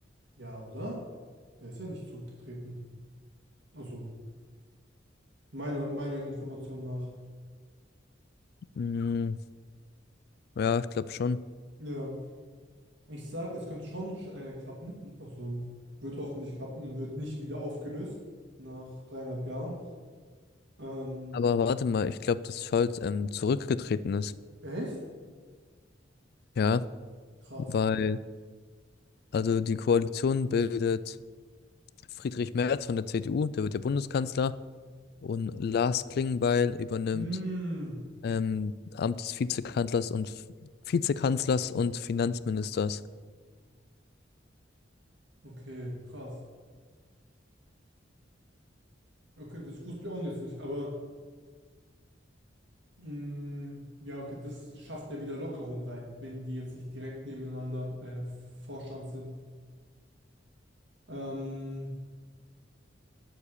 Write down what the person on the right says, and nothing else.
ja, oder? Der ist ja nicht zurückgetreten. Also, meine, meine Information nach.
Ja, ich sag, es könnte schon äh, klappen. Also, wird hoffentlich klappen und wird nicht wieder aufgelöst nach dreieinhalb Jahren. Ähm,
Echt?
krass.
Hm,
okay, krass. Okay, das wusste ich auch jetzt nicht, aber mm, ja, okay, das schafft ja wieder Lockerung rein, wenn die jetzt nicht direkt nebeneinander äh, Vorstand sind. Ähm,